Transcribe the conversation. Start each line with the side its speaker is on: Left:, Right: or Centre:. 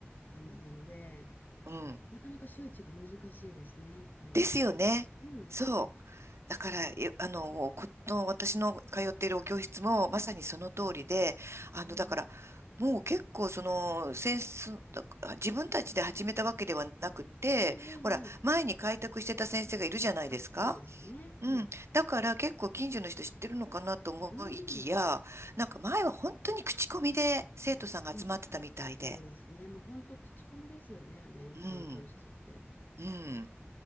Left: 感じなので、
Right: うん。
Left: なかなか周知が難しいですね、やっぱり。
Right: ですよね。
Left: うん。
Right: そう。だから、えあの、この私の通っているお教室もまさにその通りで、
Left: うん。うん
Right: あの、だから、もう結構その、センス、だ自分たちで始めたわけではなくて、
Left: ええ、ええ、
Right: ほら、
Left: ええ。
Right: 前に開拓してた先生がいるじゃないですか。
Left: あ、そうですよね。うん。
Right: うん。だから結構近所の人知ってるのかなと思いきや、
Left: うん。
Right: なんか前は本当に口コミで生徒さんが集まってたみたいで。
Left: そう。そうですね。もう本当口コミですよね。あの英会話教室って。
Right: うん。うん。